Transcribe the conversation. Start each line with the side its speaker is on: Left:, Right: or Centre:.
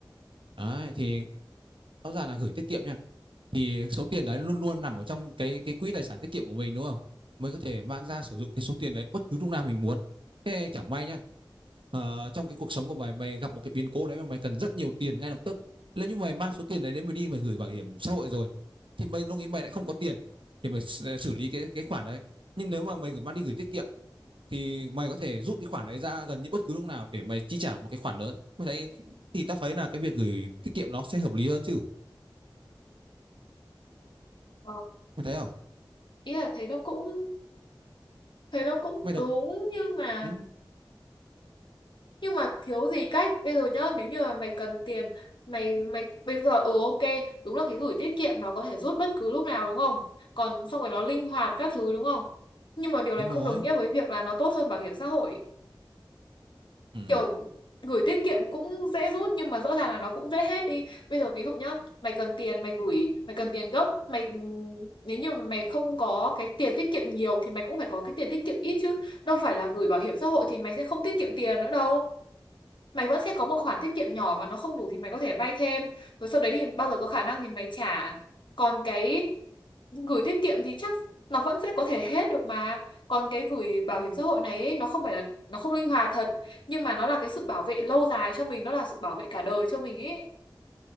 Right: đấy thì rõ ràng là gửi tiết kiệm nhá thì số tiền đấy luôn luôn nằm ở trong cái cái quỹ tài sản tiết kiệm của mình đúng không? Mình có thể mang ra sử dụng cái số tiền đấy bất cứ lúc nào mình muốn. Thế chẳng may nhá, ờ, trong cái cuộc sống của mày mày gặp một cái biến cố đấy mà mày cần rất nhiều tiền ngay lập tức. Nếu như mày mang số tiền đấy đến mày đi mày gửi bảo hiểm xã hội rồi thì mày lúc nghĩ mày lại không có tiền để mày xử xử lý cái cái khoản đấy. Nhưng nếu mà mày gửi mang đi gửi tiết kiệm thì mày có thể rút cái khoản đấy ra gần như bất cứ lúc nào để mày chi trả một cái khoản lớn. Mày thấy thì tao thấy là cái việc gửi tiết kiệm nó sẽ hợp lý hơn chứ.
Left: ờ,
Right: Mày thấy không?
Left: ý là thế nó cũng thế nó cũng
Right: mày đọc
Left: đúng nhưng mà
Right: ừ,
Left: nhưng mà thiếu gì cách bây giờ nhá nếu như mà mày cần tiền mày mày bây giờ ừ ok đúng là cái gửi tiết kiệm nó có thể rút bất cứ lúc nào đúng không còn xong rồi nó linh hoạt các thứ đúng không nhưng mà điều
Right: đúng
Left: này
Right: rồi
Left: không đồng nghĩa với việc là nó tốt hơn bảo hiểm xã hội
Right: ừ,
Left: kiểu gửi tiết kiệm cũng dễ rút nhưng mà rõ ràng là nó cũng dễ hết đi bây giờ ví dụ nhá mày cần tiền mày gửi mày cần tiền gấp mày nếu như mà mày không có cái tiền tiết kiệm nhiều thì mày cũng phải có cái tiền tiết kiệm ít chứ đâu phải là gửi bảo hiểm xã hội thì mày sẽ không tiết kiệm tiền nữa đâu mày vẫn sẽ có một khoản tiết kiệm nhỏ mà nó không đủ thì mày có thể vay thêm rồi sau đấy thì bao giờ có khả năng thì mày trả còn cái gửi tiết kiệm thì chắc nó vẫn sẽ có thể hết được mà còn cái gửi bảo hiểm xã hội này ấy, nó không phải là nó không linh hoạt thật nhưng mà nó là cái sự bảo vệ lâu dài cho mình nó là sự bảo vệ cả đời cho mình ấy